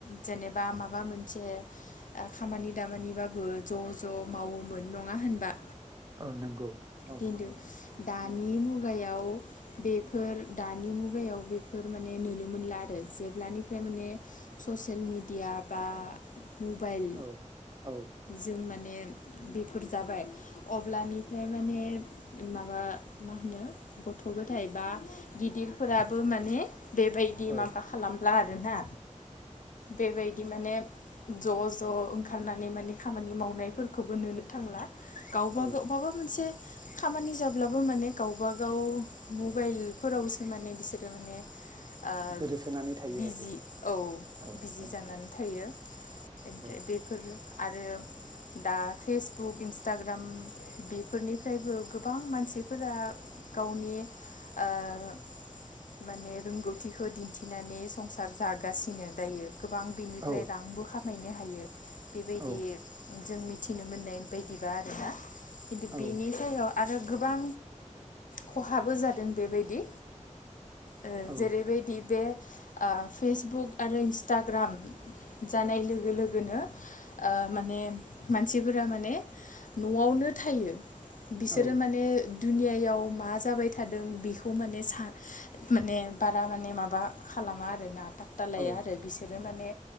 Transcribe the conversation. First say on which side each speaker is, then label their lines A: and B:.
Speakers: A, on the left; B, on the right.
A: जेनेबा माबा मोनसे ओ खामानि दामानिबाबो ज' ज' मावोमोन नङा होनब बा?
B: औ नंगौ। औ
A: दिनदो दानि मुगायाव बेफोर दानि मुगायाव बेफोर माने नुनो मोनला आरो जेब्लानिफ्राय माने ससियेल मेडिया बा मबाइल
B: औ औ
A: जों मा माने बेफोर जाबाय अब्लानिफाय माने माबा मा होनो गथ' गथाइ बा गिदिरफोराबो माने बेबायदि
B: औ
A: माबा खालाम ला आरो ना। बेबायदि माने ज' ज' ओंखारनानै माने खामानि मावनायफोरखौबो नुनो थांला। गावबा
B: औ
A: गाव बाबा मोनसे खामानि जाब्लाबो माने गावब गाव मबाइलफोरावसो माने बिसोरो माने ओ
B: गोदोसोनानै थायो
A: बिजि
B: आरो
A: औ
B: औ
A: बिजि
B: औ
A: जानानै थायो। <unintelligible>
B: औ
A: बेफोरनो। आरो दा फेसबुक इन्सटाग्राम बि बेफोरनिफ्रायबो गोबां मानसिफोरा गावनि ओ माने रोंगौथिखौ दिन्थिनानै संसार जागासिनो दायो। गोबां बेनिफ्राय
B: औ
A: रांबो खाम मायनो हायो। बेबायदि
B: औ
A: जों मिथिनो मोननाय बायदिबा आरोना।
B: औ
A: बेनि सायावा आरो गोबां खहाबो जादों बेबायदि ओ
B: औ
A: जेरैबायदि बे ओ फेसबुक आरो इन्सटाग्राम जानाय लोगो लोगोनो ओ माने मानसिफोरा माने न'आवनो थायो। बिसोरो
B: औ
A: माने दुनियायाव मा जाबाय थादों बेखौ माने सान माने बारा माने माबा खालामा आरोना। पात्टा लाया
B: औ
A: आरो बिसोरो माने